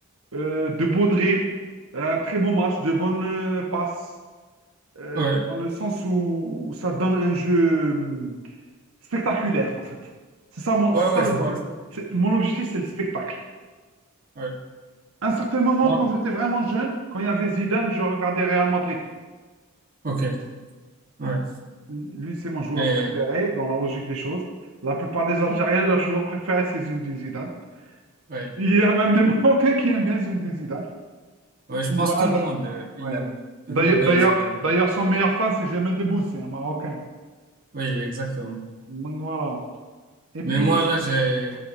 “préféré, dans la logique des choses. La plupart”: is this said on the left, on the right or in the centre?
Right